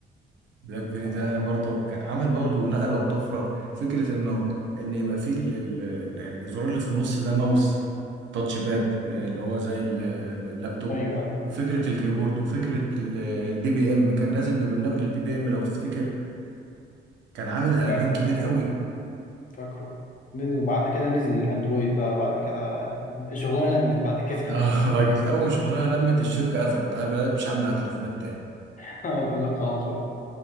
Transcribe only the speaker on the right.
بلاك بيري
ده برضه كان عمل برضه نقلة وطفرة فكرة انه ان يبقى فيه ال- ال- ال- الزرار اللي في النص ده ماوس تاتش باد آه، اللي هو زي ال- ال- اللابتوب
وفكرة الكيبورد وفكرة ال- البي بي ام كان نازل ببرنامج البي بي ام لو تفتكر كان عامل قلبان
كبير
قوي
اه <laughs> راجل اول ما شغلها لمت الشركة قفلت قفلت مش عاملة على تليفونات تاني